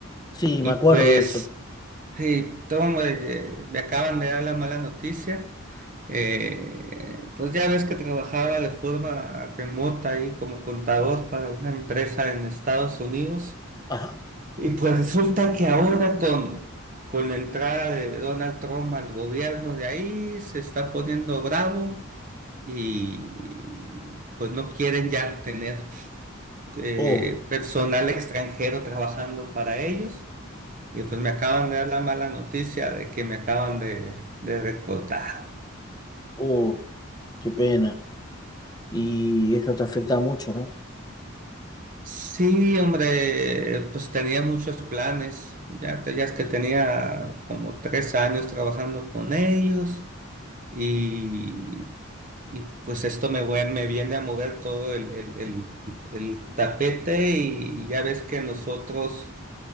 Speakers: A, on the left; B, on the right.
A: Sí,
B: Y
A: me acuerdo
B: pues,
A: de eso.
B: sí, toma, eh, me acaban de dar la mala noticia. Eh, pues ya ves que trabajaba de forma remota ahí como contador para una empresa en Estados Unidos.
A: Ajá.
B: Y pues resulta que ahora con, con la entrada de Donald Trump al gobierno de ahí se está poniendo bravo y pues no quieren ya tener eh,
A: Oh,
B: personal extranjero trabajando para ellos. Y pues me acaban de dar la mala noticia de que me acaban de, de recortar.
A: oh, qué pena. Y eso te afecta mucho, ¿no?
B: Sí, hombre, pues tenía muchos planes. Ya, te- ya es que tenía como tres años trabajando con ellos. y, y, pues esto me, vue- me viene a mover todo el, el- el- el tapete y ya ves que nosotros,